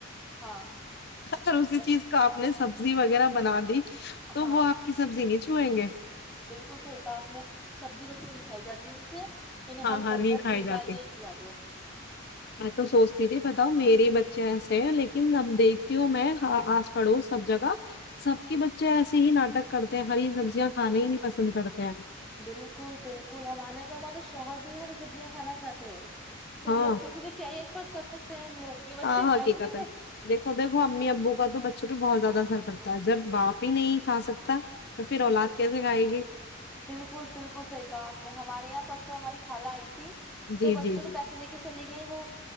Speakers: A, in the centre; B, on the left.
A: ہاں
B: اور اسی
A: بس
B: چیز کا آپ نے سبزی وغیرہ وغیرہ بنا دی تو
A: ہاں
B: وہ آپ کی سبزی نچ چوئیں گے
A: بالکل صحیح کہا آپ نے سبزی روٹی نکھائی جاتی ان سے انہیں
B: ہاں
A: خالی
B: ہاں
A: برگر
B: نہیں کھائی
A: پیزا
B: جاتے
A: یہی کھلا دو
B: میں تو سوچتی تھی بتاؤ میرے ب اچ ایسے ہے لیکن اب دیکھتی ہوں میں آس پڑوس سب جگہ سب کے بچے ایسے ہی ناٹک کرتے ہیں ہری سبزیا کھانانی ہی نہیں پسند کرتا ا
A: بالکل بالکل ہم آے تو ہمارے شوہر بھی نہیں سبزیاں کھانا چاہتے ہیں تو
B: ہاں
A: بچوں سے تو کیا ہی ایکسپیکٹ کر سکتے ہیں ہم لوگ یہ بچے
B: ہاں
A: کھائیں
B: حقیقت
A: گے
B: ہے دیکھو دیکھو امی ابو کا بچوں تو بہت زیادہ اثر پڑتا ہے جب باپ ہی نہیں کھا سکتا تو پھر اولاد کیسے کھائے گی
A: بالکل بالکل صحیح کہا آپ نے ہمارے یہاں پر سو ہماری خالہ آئی تھی
B: جی
A: تو بچوں
B: جی
A: کو
B: جی
A: پیسے دے کے چلے گ گ وہ